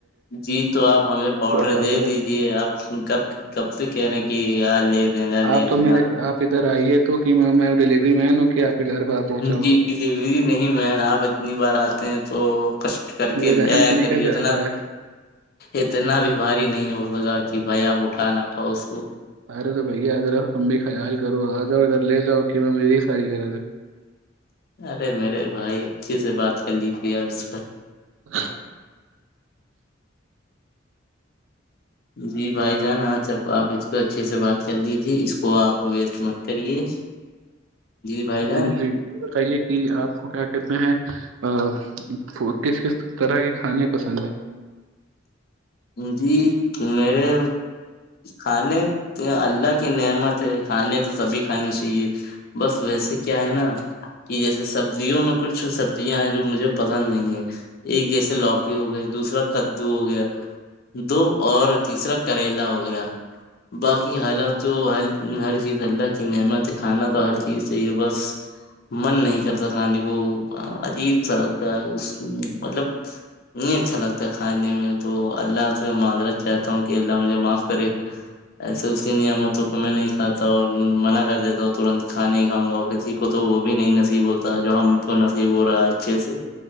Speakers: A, on the left; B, on the right.
A: جی تو آپ ہمیں پاؤڈر
B: سا
A: دے
B: ادرک
A: دیجے آپ کب کب سے کہہ رہے ہیں کہ یار لے دینا لے
B: آپ تو
A: لینا
B: میرے آپ ادھر آئیے تو کہ م ڈلیوری مین کہ آپ کے گھر باہر پہنچاؤں
A: جی ڈلیوری نہیں م آپ اتنی بار آتے ت ہیں تو کشٹ کر
B: میرے
A: کے
B: ذہن
A: لےیا
B: سے نکل
A: کری
B: جاتا
A: اتنا
B: ہے
A: اتنا بھی بھاری نہیں ہوتا وجہ کی بھائی آپ اٹھا نہ پاؤ اس کو
B: ار تو بگیادرا ت خیال کرو آ جاؤ اد لے جاؤ کہ میری ساری کر تھ
A: ارے میرے بھائی اچھے سے بات کر لیج تے اب اس
B: ا
A: جی بھائی جان آج آپ اس پہ اچھے سے بات کر لیجے اس کو آپ ویستٹ مت کریے بھائی جان
B: جی جی بتائیے کہ آپ کو کیا کہتے ہیں ا کس کس طرح کے کھانے پسند ہیں
A: جی میرے کھانے اللہ کی نعمت ہے کھانے تو سبھی کھانی چاہیے بس ویسے کیا ہے نا کہ جیسے سبزیوں میں کچھ سبزیاں ہیں جو مجھے پسند نہیں ہیں ایک جیسے لوکی ہو گئی دوسرا کدو ہو گیا <unintelligible> دو اور تیسرا کریلا ہو گیا باقی حالات تو ہر ہر چیز اللہ کی نعمت کھانا تو ہر چیز صحی ہے بس <unintelligible> من نہیں کرتا کھانے کو عجیب سا لگتا ہے اس مطلب نہیں اچھا لگتا ہے کھانے میں <unintelligible> تو اللہ سے معذرت چاہتا ہوں کہ اللہ مجھے معاف کرے ایسے اس کی نعمتوں کو میں نہیں کھاتا اور منع کر دیتا ہوں ترنت <unintelligible> کھانا ہی کھاوں گا کسی کو تو وہ بھی نہیں نصیب ہوتا جو ہم کو نصیب ہو رہا ہے اچھے سے